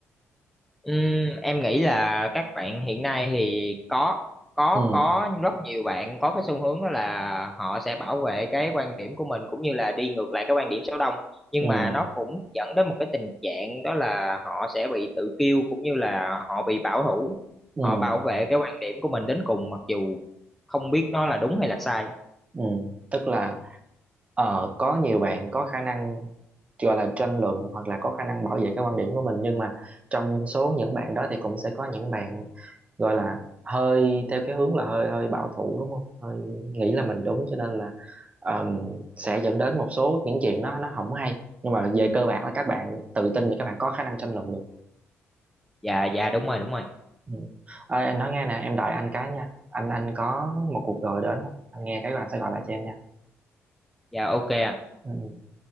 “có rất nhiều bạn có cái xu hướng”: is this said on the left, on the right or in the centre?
Centre